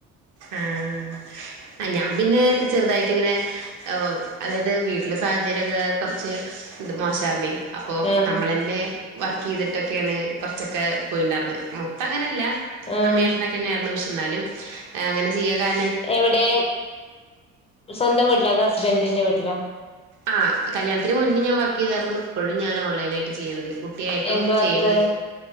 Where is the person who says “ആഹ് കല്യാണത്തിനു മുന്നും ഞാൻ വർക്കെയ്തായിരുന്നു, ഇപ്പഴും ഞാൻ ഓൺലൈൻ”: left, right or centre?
Right